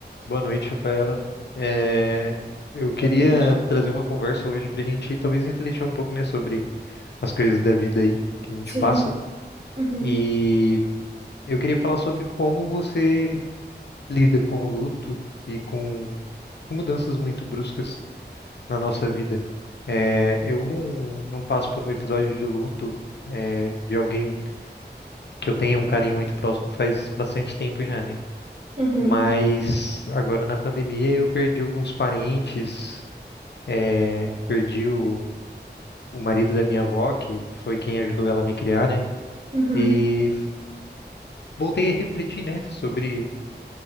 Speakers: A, on the left; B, on the right.
A: Boa noite, Rafaela. É, eu queria
B: Exatamente.
A: trazer uma conversa hoje para a gente talvez refletir um pouco, né, sobre as coisas da vida aí que a gente
B: Sim.
A: passa.
B: Uhum,
A: E eu queria falar sobre como você lida com o luto e com mudanças muito bruscas na nossa vida. É, eu não, não passo por um episódio de luto, é, de alguém que eu tenha um carinho muito próximo faz bastante tempo já, né?
B: uhum,
A: Mas agora na pandemia eu perdi alguns parentes eh, perdi o, o marido da minha avó, que foi quem ajudou ela a me criar, né?
B: uhum.
A: E voltei a refletir, né, sobre